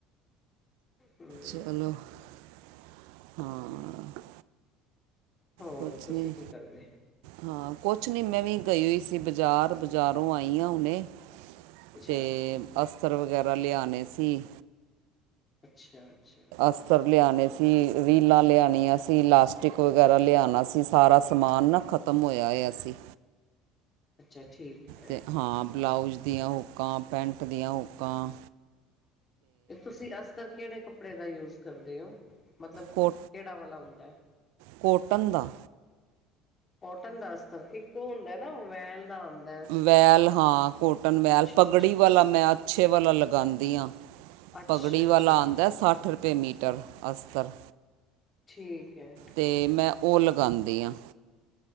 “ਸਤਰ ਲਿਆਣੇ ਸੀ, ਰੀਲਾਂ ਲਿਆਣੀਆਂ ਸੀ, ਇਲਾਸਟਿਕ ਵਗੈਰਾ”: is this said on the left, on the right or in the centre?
Right